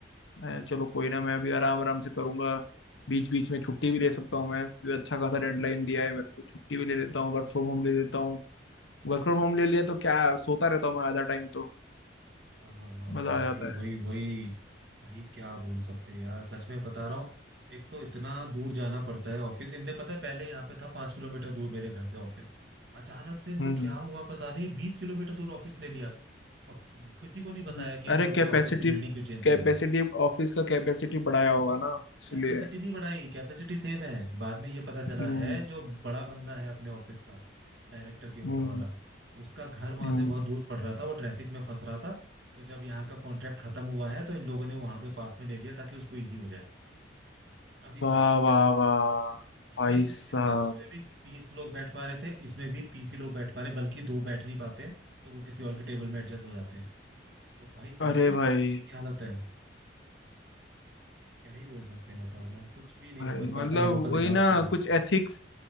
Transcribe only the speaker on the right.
अच्छा
हाँ हाँ हाँ
हाँ,
वही वही
वही भाई क्या बोल सकते हैं यार सच में बता रहा हूँ एक तो इतना दूर जाना पड़ता है ऑफिस इनने पता है पहले यहाँ पे था पांच किलोमीटर दूर मेरे घर से ऑफिस अचानक से इनको
क्या हुआ पता नहीं बीस किलोमीटर दूर ऑफिस ले लिया और किसी को नहीं बताया
कि इन
लोगों
ने ऑफिस की बिल्डिंग क्यों चेंज
करी
कैपेसिटी नहीं बढ़ाई कैपेसिटी सेम है बाद में ये पता चला
है जो बड़ा बंदा है अपने ऑफिस का डायरेक्टर के ऊपर
वाला उसका घर वहां
से बहुत दूर पड़ रहा था वो ट्रैफिक में फंस रहा था तो जब यहाँ का कॉन्ट्रैक्ट खत्म हुआ है तो इन लोगों ने वहां पे पास में ले लिया ताकि उसको इजी हो जाए अभी
पता चला
है
और सेम
है
जितने उसमें भी तीस लोग बैठ पा रहे थे इसमें भी तीस ही लोग बैठ पा रहे बल्कि दो बैठ नहीं पाते तो वो किसी और के टेबल में एडजस्ट हो जाते हैं तो भाई समझ
रहा है
किस तरीके की हालत है क्या ही बोल सकते हैं बताओ यार कुछ भी नहीं
समझ
में आता इन लोगों का
दिमाग
क्या लगता
है